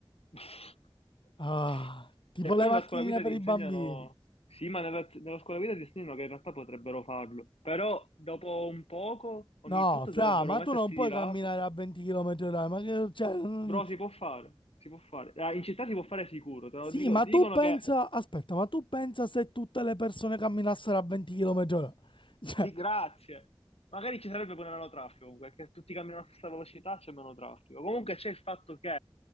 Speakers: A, on the left; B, on the left.
A: <laughs>
B: Ah, tipo
A: E poi
B: le macchinine
A: nella scuola guida
B: per
A: ti insegnano,
B: i bambini.
A: sì, ma nella, nella scuola guida ti insegnano che in realtà potrebbero farlo, però dopo un poco, ogni
B: No,
A: tot
B: fra,
A: dovrebbero
B: ma
A: mettersi
B: tu non puoi
A: di lato,
B: camminare a 20 km orari, ma che, cioè, mm,
A: bro, si può fare, si può fare, Ah, in città si può fare sicuro, te lo
B: sì,
A: dico,
B: ma
A: ti
B: tu
A: dicono
B: pensa,
A: che
B: aspetta, ma tu pensa se tutte le persone camminassero a 20 km orari? Cioè,
A: Sì, grazie. Magari ci sarebbe pure meno traffico, comunque, che tutti camminano alla stessa velocità, c'è meno traffico. Comunque c'è il fatto che